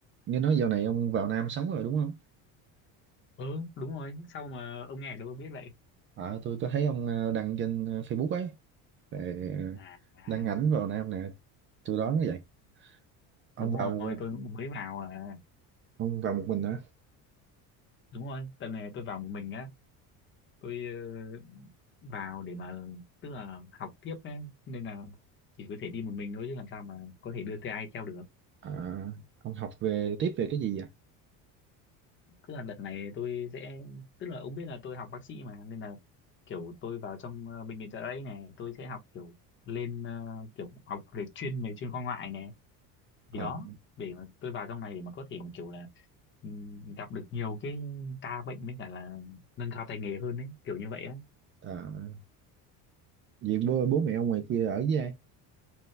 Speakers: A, on the right (about 30°); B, on the left (about 30°).
A: nghe nói dạo này ông vào Nam sống rồi đúng không?
B: ừ đúng rồi sau mà ông nghe ở đâu tôi biết vậy
A: À, tôi có thấy ông ờ, đăng trên ờ, Facebook ấy về ờ,
B: à, à
A: đăng ảnh vào Nam nè, tôi đoán như vậy. Ông
B: đúng rồi
A: vào
B: tôi cũng mới vào à
A: ông vào một mình hả?
B: đúng rồi tuần này tôi vào một mình á tôi ờ, vào để mà tức là học tiếp ấy nên là chỉ có thể đi một mình thôi chứ làm sao mà có thể đưa theo ai theo được
A: À, ông học về tiếp về cái gì vậy?
B: tức là đợt này tôi sẽ tức là ông biết là tôi học bác sĩ mà nên là kiểu tôi vào trong ờ, bệnh viện chợ rẫy này tôi sẽ học kiểu lên ờ, kiểu học về chuyên về chuyên khoa ngoại này
A: À,
B: thì đó để mà tôi vào trong này để mà có thể mà kiểu là ừm, gặp được nhiều cái ca bệnh với cả là nâng cao tay nghề hơn đấy kiểu như vậy á
A: à, vậy bố, bố mẹ ông ngoài kia ở với ai?